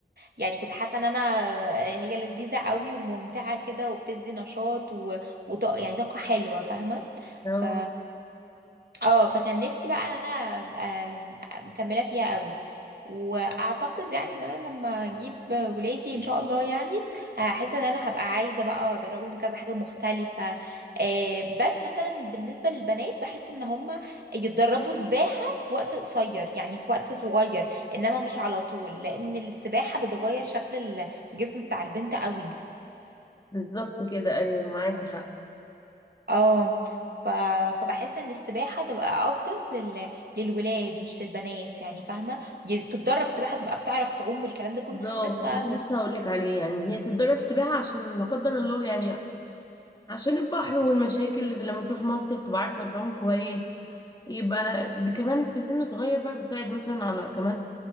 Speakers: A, on the right; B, on the left.
A: يعني كنت حاسة ان انا آه، هي لذيذة قوي وممتعة كده وبتدي نشاط و... وط... يعني طاقة حلوة فاهمة
B: اه
A: ف اه فكان نفسي بقى ان انا ابقى مكملة فيها قوي واعتقد يعني ان انا لما اجيب ولادي ان شاء الله يعني هحس ان انا هبقى عايزه بقى ادربهم كذا حاجه مختلفه آه، بس مثلا بالنسبه للبنات بحس ان هم يتدربوا سباحه في وقت قصير يعني في وقت صغير انما مش على طول لان السباحه بتغير شكل الجسم بتاع البنت قوي
B: بالظبط كده ايوه معاكي حق
A: اه ف... فبحس ان السباحه تبقى افضل لل... للولاد مش للبنات يعني فاهمه ي- تتدرب سباحه تبقى بتعرف تعوم والكلام ده كله
B: بالظبط
A: بس بقى
B: كنت لسه هقول لك عليه يعني هي تتدرب سباحة عشان لا قدر الله يعني عشان البحر والمشاكل اللي لما تروح مصيف تبقى عارفة تعوم كويس يبقى ب- كمان في سن صغير بقى بيساعد مثلا على كمان